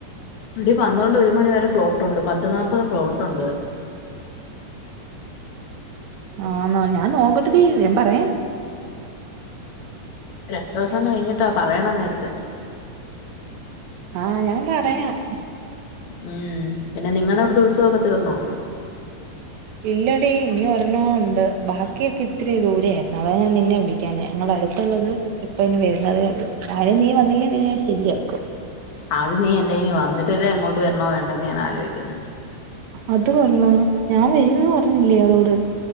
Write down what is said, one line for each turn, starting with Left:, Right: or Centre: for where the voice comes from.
Left: അടി പന്ത്രണ്ട് ഒരു മണിവ വരെ ഫ്ലോട്ട്ണ്ട് പത്ത് നാല്പത് ഫ്ലോട്ടൊണ്ട്
Right: ആഹ് ഞാൻ നോക്കട്ടടീ ഞാൻ പറയാ
Left: രണ്ട് ദിവസം കഴിഞ്ഞിട്ടാ പറയണം നേരത്തെ
Right: ആഹ് ഞാൻ പറയാം
Left: ഉം പിന്നെ നിങ്ങളുടെ അവിടുത്തെ ഉത്സവൊക്കെ തീർന്നോ
Right: ഇല്ലടി ഇനി ഒരെണ്ണം ഉണ്ട് ബാക്ക ക്കിയേക്ക ഇത്ര ദൂര ആയിരുന്നു അതാണ് ഞാൻ നിന്നെ വിളിക്കാഞ്ഞേ ഞങ്ങളുടെ അടുത്തുള്ളത് ഇപ്പ ഇനി വരുന്നതേ ഒള്ളൂ അയ്ന് നീ വന്നില്ലേ നിന്നെ ഞാൻ ശരിയാക്കും
Left: ആദ്യം നീ എന്റെ ഇയ്നി വന്നിട്ടല്ലേ അങ്ങോട്ട് വരണോ വേണ്ടേന്ന് ഞാൻ ആലോചിക്കുന്നേ
Right: അത് കൊള്ളാം ഞാൻ വരൂന്ന് പറഞ്ഞില്ലേ ഇയാളോട്